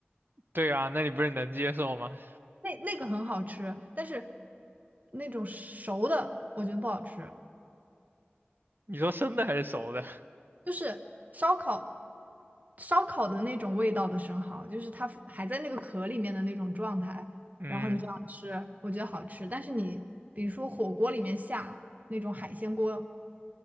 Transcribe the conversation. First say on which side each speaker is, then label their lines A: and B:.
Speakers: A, on the right; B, on the right.
A: 对啊，那你不是能接受吗？
B: 那那个很好吃，但是那种熟的我觉得不好吃，
A: 你说生的还是熟的？
B: 就是烧烤烧烤的那种味道的生蚝，就是它还在那个壳里面的那种状态，
A: <laughs> 嗯。
B: 然后你这样吃，我觉得好吃，但是你比如说火锅里面下那种海鲜锅